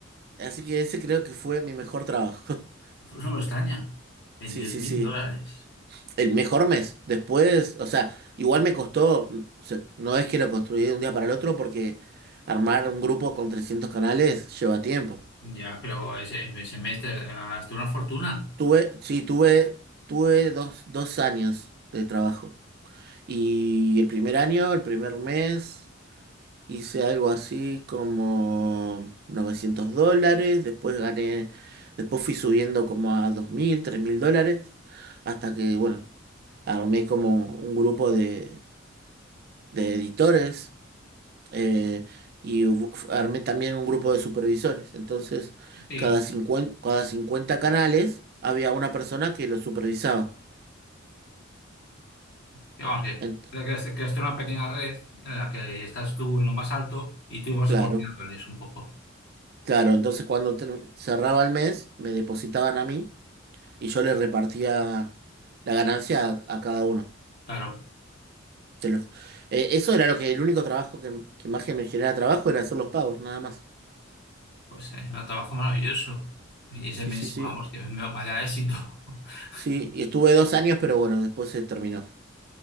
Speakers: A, on the right; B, on the left.
A: Así que ese creo que fue mi mejor trabajo. <laughs>
B: pues no me extraña, veintidós
A: Sí, sí,
B: mil
A: sí.
B: dólares.
A: El mejor mes. Después, o sea, igual me costó, mm, o sea, no es que lo construí de un día para el otro porque armar un grupo con 300 canales lleva tiempo.
B: Ya, pero ese, ese semestre gastaste una fortuna.
A: Tuve, sí, tuve, tuve dos, dos años de trabajo. Y el primer año, el primer mes, hice algo así como 900 dólares. Después gané, después fui subiendo como a dos mil tres mil dólares. Hasta que, bueno, armé como un grupo de, de editores. eh, y hubo- armé también un grupo de supervisores. Entonces,
B: Sí,
A: cada cincuenta cada 50 canales había una persona que los supervisaba.
B: que vamos, que
A: En-
B: creaste, creaste una pequeña red en la que estás tú en lo más alto y tú ibas
A: Claro,
B: coordinándoles un poco.
A: claro. Entonces cuando ter- cerraba el mes, me depositaban a mí y yo le repartía la ganancia a, a cada uno.
B: Claro,
A: Se los- eh, eso era lo que el único trabajo que, que más que me generaba trabajo era hacer los pagos, nada más.
B: pues eh, un trabajo maravilloso. Y ese
A: Sí,
B: mes,
A: sí, sí.
B: vamos, que me- vaya éxito. <laughs>
A: Sí, y estuve dos años, pero bueno, después se terminó. <laughs>